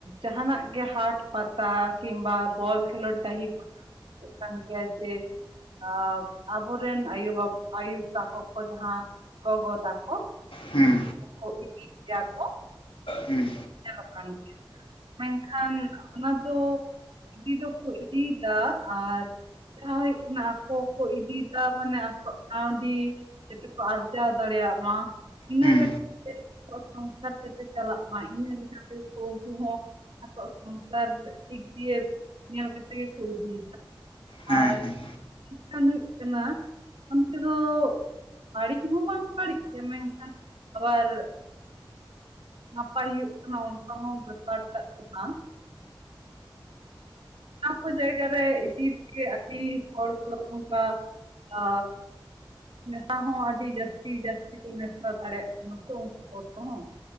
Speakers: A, on the right; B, on the left.
A: ᱡᱟᱦᱟᱸᱟᱸᱟᱱᱟᱜ ᱜᱮ ᱦᱟᱴ ᱯᱟᱛᱟ ᱠᱤᱢᱵᱟ ᱵᱚᱞ ᱠᱷᱮᱞᱳᱰ ᱰᱟᱹᱦᱤ ᱦᱩᱭᱩᱜᱠᱟᱱ ᱜᱮᱭᱟ ᱡᱮ ᱟᱵ ᱟᱵᱚᱨᱮᱱ ᱟᱭᱩᱵᱟᱵ ᱟᱭᱳ ᱛᱟᱠᱚ ᱠᱚ ᱡᱟᱦᱟᱸ ᱜᱚᱜᱚ ᱛᱟᱠᱚ
B: ᱦᱩᱸ
A: ᱩᱱᱠᱩ ᱤᱫᱤᱭᱮᱫ ᱜᱮᱭᱟ ᱠᱚ᱾
B: ᱦᱩᱸ
A: ᱧᱮᱞᱚᱜ ᱠᱟᱱ ᱜᱮᱭᱟ᱾ ᱢᱮᱱᱠᱷᱟᱱ ᱚᱱᱟ ᱫᱚ ᱤᱫᱤ ᱫᱚᱠᱚ ᱤᱫᱤᱭᱮᱫᱟ ᱟᱨ ᱡᱟᱦᱟᱸ ᱦᱩᱭᱩᱜ ᱠᱟᱱᱟ ᱟᱠᱚ ᱠᱚ ᱤᱫᱤᱭᱮᱫᱟ ᱢᱟᱱᱮ ᱟᱠᱚᱣᱟᱜ ᱠᱟᱹᱣᱰᱤ ᱡᱟᱛᱮ ᱠᱚ ᱟᱨᱡᱟᱣ ᱫᱟᱲᱮᱭᱟᱜ ᱢᱟ᱾ ᱤᱱᱟᱹ
B: ᱦᱩᱸ
A: ᱞᱮᱠᱟᱛᱮ ᱟᱠᱚᱣᱟᱜ ᱥᱚᱝᱥᱟᱨ ᱡᱟᱛᱮ ᱪᱟᱞᱟᱜ ᱢᱟ᱾ ᱤᱱᱟᱹᱞᱮᱠᱟᱛᱮ ᱠᱚ ᱩᱱᱠᱩ ᱦᱚᱸ ᱟᱠᱚᱣᱟᱜ ᱥᱚᱝᱥᱟᱨ ᱫᱤᱠ ᱫᱤᱭᱮ ᱧᱮᱞ ᱠᱟᱛᱮ ᱜᱮᱠᱚ ᱤᱫᱤᱭᱮᱫᱟ᱾
B: ᱦᱮᱸ
A: ᱟᱨ
B: ᱦᱮᱸ᱾
A: <unintelligible> ᱦᱩᱭᱩᱜ ᱠᱟᱱᱟ ᱚᱱᱛᱮ ᱫᱚ ᱵᱟᱹᱲᱤᱡ ᱦᱚᱸ ᱵᱟᱝ ᱵᱟᱹᱲᱤᱡ ᱜᱮᱭᱟ ᱢᱮᱱᱠᱷᱟᱱ ᱟᱵᱟᱨ <unintelligible> ᱯᱟᱭ ᱦᱩᱭᱩᱜ ᱠᱟᱠᱟ ᱚᱱᱠᱟ ᱦᱚᱸ ᱵᱮᱯᱟᱨᱴᱥᱜ ᱫᱚ ᱵᱟᱝ᱾ ᱚᱱᱟ ᱠᱚ ᱡᱟᱭᱜᱟ ᱨᱮ ᱤᱫᱤ ᱛᱮᱜᱮ ᱟᱹᱰᱤ ᱦᱚᱲ ᱠᱚ ᱚᱱᱠᱟ ᱟ ᱢᱮᱥᱟ ᱦᱚᱸ ᱟᱹᱰᱤ ᱡᱟᱹᱥᱛᱤ ᱡᱟᱹᱥᱛᱤ ᱠᱚ ᱢᱮᱥᱟ ᱫᱟᱲᱮᱭᱟᱜ ᱠᱟᱱᱟ ᱱᱠᱩ ᱩᱱᱠᱩ ᱦᱚᱲ ᱠᱚᱦᱚᱸ᱾